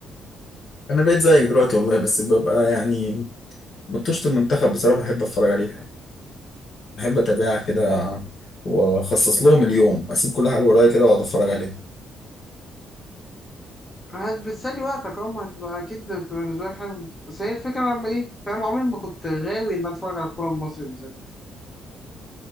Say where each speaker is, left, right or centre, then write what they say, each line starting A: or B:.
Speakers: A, on the left; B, on the left.
A: انا بقيت زيك دلوقتي والله بس ببقى يعني مطوشه المنتخب بصراحه بحب اتفرج عليها بحب اتابعها كده واخصص لهم اليوم اسيب كل حاجه ورايا كده واقعد اتفرج عليها
B: هتبتسلي وقتك اه ما هتبقى اكيد هتبقى بالنسبه لك حلو بس هي الفكره لما ايه فاهم عمري ما كنت غاوي ان أنا اتفرج على الكوره المصري بالذات